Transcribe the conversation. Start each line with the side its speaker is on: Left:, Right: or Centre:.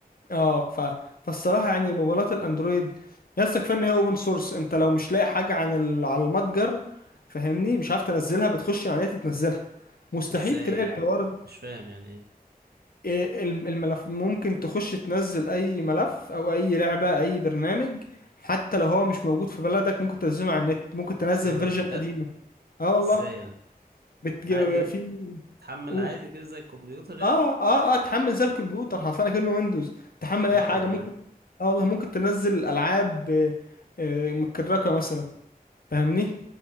Left: اه ف... فالصراحه يعني موبايلات الاندرويد يس كفايه ان هي اوبن سورس انت لو مش لاقي حاجه عن ال... على المتجر فاهمني مش عارف تنزلها بتخش على النت تنزلها مستحيل
Right: ازاي
Left: تلاقي
Right: يعني
Left: الحوار ده.
Right: مش فاهم يعني ايه
Left: إيه الم- الملف ممكن تخش تنزل اي ملف او اي لعبه اي برنامج حتى لو هو مش موجود في بلدك ممكن تنزله على النت ممكن تنزل
Right: ايه ده
Left: فيرجن
Right: بجد
Left: قديمه اه والله
Right: ازاي يعني
Left: بتج...
Right: عادي
Left: في
Right: تحمل
Left: قول
Right: عادي كده زي الكمبيوتر يعني
Left: اه اه اه تحمل زي الكمبيوتر حرفيا كأنه ويندوز تحمل
Right: لا
Left: اي حاجه
Right: والله
Left: ممكن اه والله ممكن تنزل العاب آه، آه، متكركه مثلا فاهمني